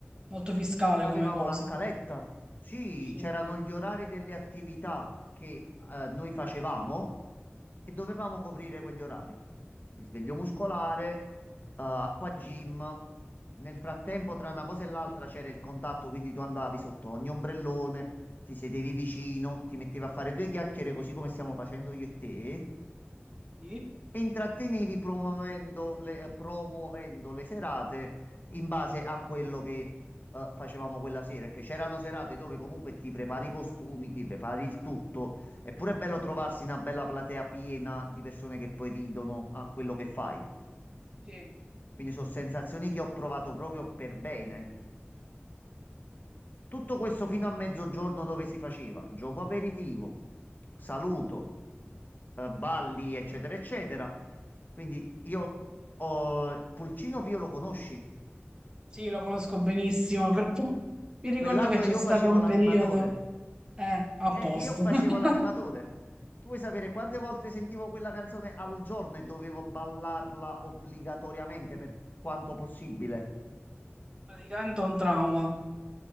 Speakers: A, on the right (about 20°); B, on the left (about 40°).
A: molto fiscale
B: Avevamo
A: come cosa.
B: la scaletta, sì,
A: Sì.
B: c'erano gli orari delle attività che eh, noi facevamo e dovevamo coprire quegli orari. Risveglio muscolare, eh, acqua gym. Nel frattempo, tra una cosa e l'altra c'era il contatto, quindi tu andavi sotto ogni ombrellone, ti sedevi vicino, ti mettevi a fare due chiacchiere, così come stiamo facendo io e te
A: Sì.
B: e intrattenevi promuovendo le, eh, promuovendo le serate in base a quello che eh, facevamo quella sera. Perché c'erano serate dove comunque ti prepari i costumi, ti prepari il tutto. È pure bello trovarsi una bella platea piena di persone che poi ridono a quello che fai.
A: Sì.
B: Quindi sono sensazioni che ho provato proprio per bene. Tutto questo fino a mezzogiorno dove si faceva gioco aperitivo, saluto, eh, balli, eccetera, eccetera. Quindi io ho Pulcino Pio lo conosci?
A: Sì, lo conosco benissimo <laughs> perché mi ricordo
B: Quell'anno
A: che c'è
B: io
A: stato
B: facevo
A: un
B: l'animatore.
A: periodo eh, a
B: Eh,
A: posto,
B: che io facevo
A: <laughs>
B: l'animatore. Tu vuoi sapere quante volte sentivo quella canzone al giorno e dovevo ballarla obbligatoriamente per quanto possibile?
A: praticamente un trauma.